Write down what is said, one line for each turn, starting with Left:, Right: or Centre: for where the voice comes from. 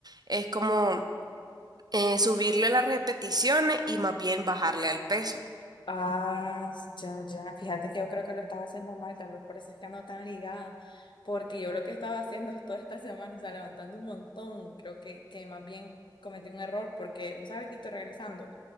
Right: es como eh, subirle las repeticiones y más bien bajarle al peso.
Left: Ah, ya, ya. Fíjate que yo creo que lo estaba haciendo mal, tal vez por eso es que ando tan ligada. Porque yo lo que estaba haciendo es toda esta semana, o sea, levantando un montón. Creo que, que más bien cometí un error porque vos sabes que estoy regresando